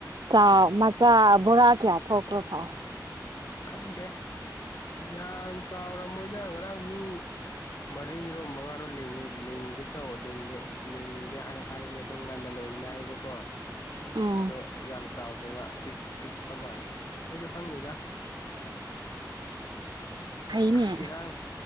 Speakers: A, on the right (about 75°); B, on the left (about 50°).
A: ꯆ ꯃ ꯆꯆꯥ ꯕꯨꯔꯥ ꯀꯌꯥ ꯈꯣꯈ꯭ꯔꯣ ꯊꯥꯎꯑꯣ
B: ꯈꯪꯗꯦ ꯌꯥꯝ ꯆꯥꯎꯔ ꯃꯣꯏꯅ ꯉꯔꯥꯡ ꯃꯤ ꯃꯔꯤꯔꯣꯝ ꯃꯉꯥꯔꯣꯝ ꯂꯤꯡꯒꯦ ꯇꯧꯒꯦ ꯍꯥꯏꯕꯅꯦ ꯑꯣ ꯉꯟꯅ ꯂꯣꯏꯒꯅꯤ ꯍꯥꯏꯕꯀꯣ
A: ꯎꯝ
B: ꯑꯗꯣ ꯌꯥꯝ ꯆꯥꯎꯋ ꯗꯩꯕ ꯄꯤꯛ ꯄꯤꯛꯄ ꯃꯥꯜꯂꯦ ꯑꯩꯁꯨ ꯈꯪꯗꯦꯗ
A: ꯑꯏꯅꯦ
B: ꯏꯔꯥꯡ